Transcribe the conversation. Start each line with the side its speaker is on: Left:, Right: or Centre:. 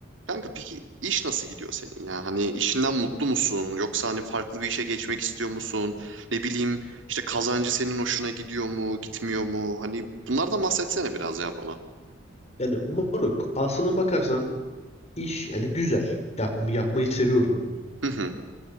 Right: Kanka peki iş nasıl gidiyor senin ya? Hani işinden mutlu musun? Yoksa hani farklı bir işe geçmek istiyor musun? Ne bileyim işte kazancı senin hoşuna gidiyor mu, gitmiyor mu? Hani bunlardan bahsetsene biraz ya bana.
Left: Yani moruk aslına bakarsan iş yani güzel. Yap, yapmayı seviyorum.
Right: Hı hı